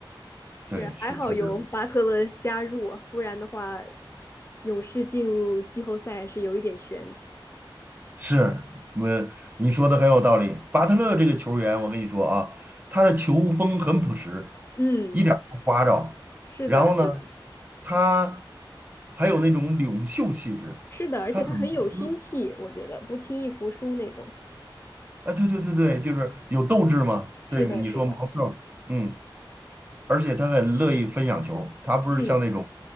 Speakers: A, on the left (about 30°); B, on the right (about 25°).
A: 是，
B: 对，是确实。
A: 还好有巴特勒加入啊不然的话，勇士进入季后赛是有一点悬的
B: 是，我你说的很有道理。巴特勒这个球员，我跟你说啊，他的球风很朴实，
A: 嗯，
B: 一点儿不花哨。
A: 是的，
B: 然后呢，
A: 是的，
B: 他还有那种领袖气质，
A: 是的，而且他很有心气，
B: 他很无私。
A: 我觉得不轻易服输那种。
B: 啊，对对对对，就是有斗志嘛。
A: 是的，
B: 对，你说毛瑟，
A: 是的，
B: 嗯。而且他很乐意分享球，他不是像那种
A: 嗯，